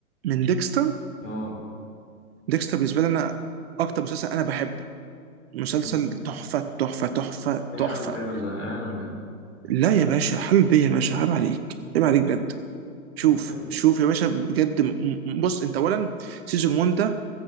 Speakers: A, on the right (about 45°); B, on the left (about 50°).
A: من ديكستر
B: اه
A: ديكستر بالنسبه لي انا اكتر مسلسل انا بحبه مسلسل
B: مم.
A: تحفه تحفه تحفه
B: في حل
A: تحفه
B: بيه ولا يعني ولا ايه
A: لا يا باشا حل بيا يا باشا عيب عليك عيب عليك بجد شوف
B: طب حلو
A: شوف يا باشا بجد م- م- بص انت اولا سيزون 1 ده